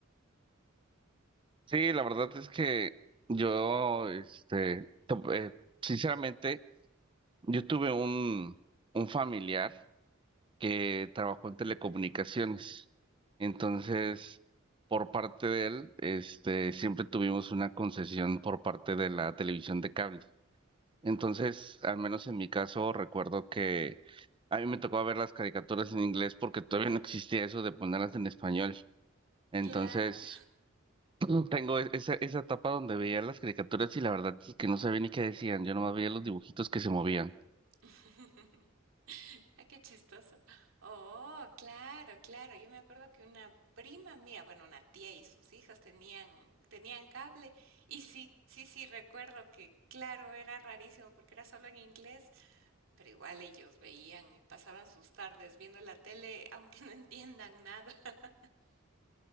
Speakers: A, on the right (about 25°); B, on the right (about 70°).
A: Sí, la verdad es que yo, este, to- eh, sinceramente, yo tuve un, un familiar que trabajó en telecomunicaciones. Entonces, por parte de él, este, siempre tuvimos una concesión por parte de la televisión de cable. Entonces, al menos en mi caso, recuerdo que a mí me tocaba ver las caricaturas en inglés porque todavía no existía eso de ponerlas en español. Entonces,
B: Claro.
A: <clears throat> tengo e- esa, esa etapa donde veía las caricaturas y la verdad es que no sabía ni qué decían, yo nomás veía los dibujitos que se movían.
B: <laughs> Ay, qué chistoso. Oh, claro, claro. Yo me acuerdo que una prima mía, bueno, una tía y sus hijas tenían, tenían cable. Y sí, sí, sí, recuerdo que, claro, era rarísimo porque era solo en inglés, pero igual ellos veían y pasaban sus tardes viendo la tele, aunque <laughs> no entiendan nada. <laughs>